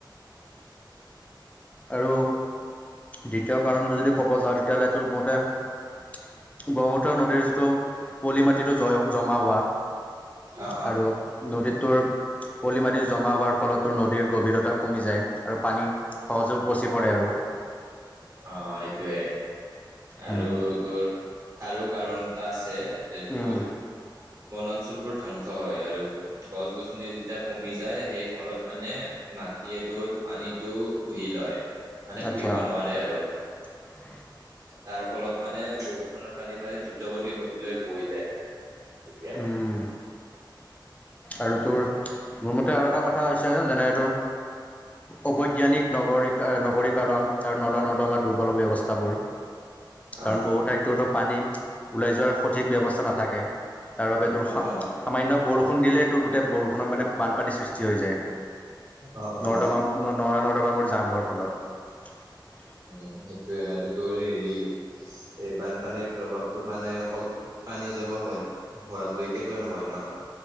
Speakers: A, on the left; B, on the right.
A: আৰু দ্বিতীয় কাৰণবোৰ যদি ক'ব যাও, তেতিয়াহ'লে তোৰ <unintelligible> ব্ৰহ্মপুত্ৰ নদীৰ যিটো পলি মাটিটো জয় জমা হোৱা
B: অ
A: আৰু নদীটো পলি মাৰি জমা হোৱাৰ ফলতো নদীৰ গভীৰতা কমি যায় আৰু পানী সহজেও উপচি পৰে আৰু
B: অ' সেইটোৱে আৰু
A: উম
B: তোৰ আৰু কাৰণ এটা আছে যে তোৰ
A: উম
B: বনাঞ্চল বোৰ ধ্বংস হয় আৰু গছ-গছনি যেতিয়া কমি যায় সেই ফলত মানে মাটিয়ে তোৰ পানীতটো শুহি লয় মানে
A: আচ্ছা
B: শুহিব নোৱাৰে আৰু।
A: <inaudible>
B: তাৰ ফলত মানে বৰষুণত পানী মানে দ্ৰুত গতিত নদীলৈ বৈ যায় মানে। তেতিয়া
A: উম'। আৰু তোৰ মোৰ মতে আৰু এটা কথা হৈছে যেনে এইটো। অবৈজ্ঞানিক নগৰীকৰণ আৰু নলা-নৰ্দমাৰ দুৰ্বল ব্যৱস্থাবোৰ। কাৰণ
B: অ
A: বহু ঠাইততো পানী ওলাই যোৱাৰ সঠিক ব্যৱস্থা নাথাকে। তাৰ বাবে তোৰ
B: অ
A: সামান্য
B: অ
A: বৰষুণ দিলেই তোৰ গোটেই বৰষুণৰ মানে বানপানীৰ সৃষ্টি হৈ যায়।
B: অ', অ',
A: নৰ্দা- নৰ্দমা মোৰ জাম হোৱাৰ ফলত।
B: উ' সেইটোয়ে আৰু হেৰি এই বানপানীৰ প্ৰভাৱটো মানে অকল পানী জমা হোৱা, হোৱালৈকেতো নহয় ন'।